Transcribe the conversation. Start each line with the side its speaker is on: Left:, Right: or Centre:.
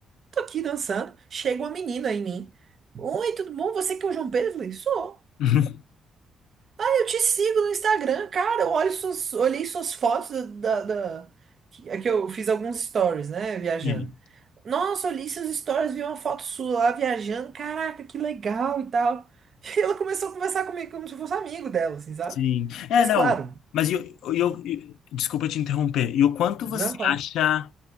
Right: tô aqui dançando, chega uma menina em mim. Oi, tudo bom? Você que é o João Pedro? Eu falei, sou.
Left: <laughs>
Right: Eu te sigo no Instagram, cara. Eu olho suas, olhei suas fotos da, da- que, é que eu fiz alguns stories, né? Viajando.
Left: Sim.
Right: Nossa, olhei seus stories, vi uma foto sua lá viajando. Caraca, que legal e tal. <laughs> E ela começou a conversar comigo como se eu fosse amigo dela, assim, sabe?
Left: Sim. É,
Right: Mas
Left: não.
Right: claro,
Left: Mas eu, eu,
Right: co-
Left: eu- eu- desculpa te interromper. E o quanto
Right: não,
Left: você
Right: claro.
Left: acha,